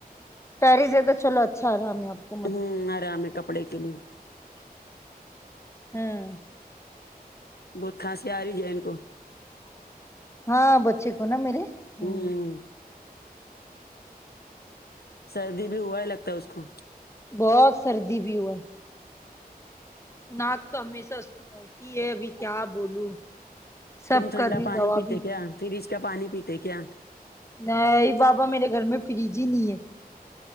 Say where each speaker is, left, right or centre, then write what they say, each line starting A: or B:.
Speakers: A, on the left (about 15°); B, on the left (about 80°).
A: پیرس د تو چلو اچھا آ رہا آپ کو
B: ہوں آرام ہے کپڑے کے لیے
A: ہوں
B: بہت کھانسی آ رہی جین کو
A: ہاں بچے کو نا میرے ہمم
B: ہوں سردی بھی ہوا ہے لگتا اس کو
A: بہت سردی بھی ہوا ناک تو ہمیشہ اس کی بہتتی ہے ابھی کیا بولوں سب
B: تم ٹھنڈا
A: کرری
B: پانی
A: دوا
B: پیتے
A: بھی
B: کیا فریج کا پانی پیتے کیا
A: نہیں بابا میرے گھر میں فریج ہی نہیں ہے